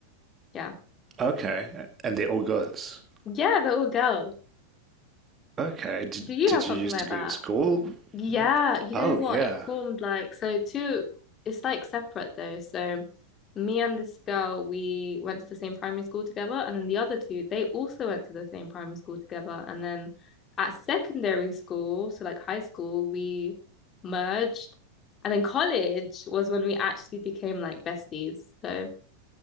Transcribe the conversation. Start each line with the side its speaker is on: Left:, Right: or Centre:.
Left: Yeah.
Right: Okay, and they're all girls.
Left: Yeah, they're all girls.
Right: Okay. Did,
Left: Do you
Right: did
Left: have something
Right: you used
Left: like
Right: to go
Left: that?
Right: to school
Left: Yeah,
Right: with?
Left: you
Right: Oh,
Left: know what?
Right: yeah.
Left: It formed like so two it's like separate though. So me and this girl, we went to the same primary school together, and then the other two, they also went to the same primary school together. And then at secondary school, so like high school, we merged. And then college was when we actually became like besties. So,